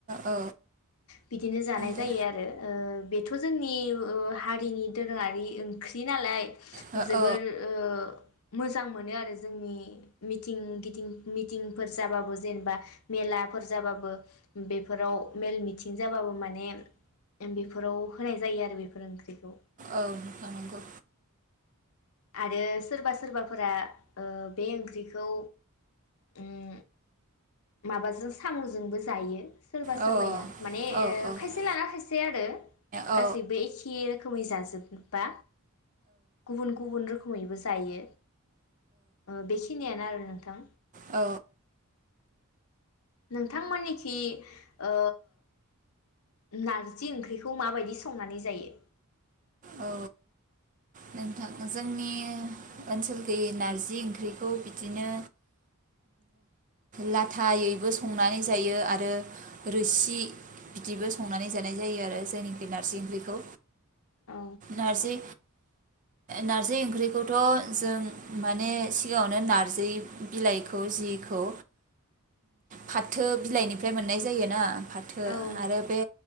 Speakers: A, on the right (about 35°); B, on the left (about 70°).
A: औ
B: बिदिनो जानाय
A: दे
B: जायो आरो बेथ जोंनि हारिनि दोरोङारि ओंख्रि नालाय
A: औ
B: जोबोर
A: औ
B: ओ मोज मोजां मोनो आरो जो जोंनि मिथिं गिदिं मिथिंफोर जाबाबो जेनेबा मेलाफोर जाबाबो बेफोराव मेल मिथिं जाबाबो माने बेफोराव होनाय जायो आरो बेफोर ओंख्रिखौ
A: औ नोंथां‌ नंगौ
B: आरो सोरबा सोरबाफोरा ओ बे ओंख्रिखौ उम माबाजों सामजोंबो जायो। सोरबा सोरबाया
A: औ
B: माने
A: औ
B: ओ
A: औ नंगौ नोंथां
B: खायसे लाना खायसे आरो
A: औ
B: गासैबो एखे रोखोमै जाजोब बा गुबन गुबैन रोखोमैबो जा जायो ओ बेखिनियानो आरो नोंथां
A: औ
B: नोंथांमोननिखि ओ नारजि ओंख्रिखौ माबायदि संनानै जायो?
A: औ नोंथां जोंनि ओनसोलखैयै नारजि ओंख्रिखौ बिदिनो लाथायैबो संनानै जायो आरो रोसि बिदिबो संनानै जानाय जायो आरो जायनिखै नारजि ओंख्रिखौ
B: औ
A: नारजि नार्जि ओंख्रिखौथ' जों माने सिगाङावनो नारजि बिलाइखौ जिखौ फाथो बिलाइनिफ्राय मोननाय जायोना फाथ थो
B: औ
A: आरो बे